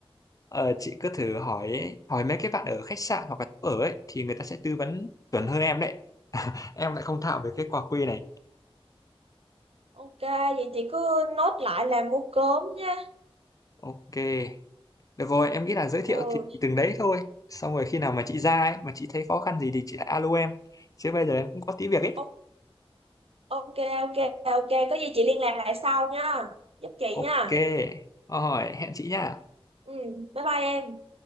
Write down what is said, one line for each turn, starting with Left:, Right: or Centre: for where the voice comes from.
Left: Ờ, chị cứ thử hỏi hỏi mấy cái bạn ở khách sạn hoặc là chỗ ở ấy thì người ta sẽ tư vấn chuẩn hơn em đấy em lại không thạo về cái quà quê này
Right: Ok, vậy chị cứ nốt lại là mua cốm nha.
Left: ok được rồi em nghĩ là giới thiệu
Right: Ừ,
Left: thì từng đấy thôi xong rồi khi nào mà chị ra ấy mà chị thấy khó khăn gì thì chị lại alo em chứ bây giờ em cũng có tí việc ấy
Right: o- ok, ok, ok. Có gì chị liên lạc lại sau nha. Giúp chị
Left: ok
Right: nha.
Left: rồi hẹn chị nha
Right: Ừ, bye bye em.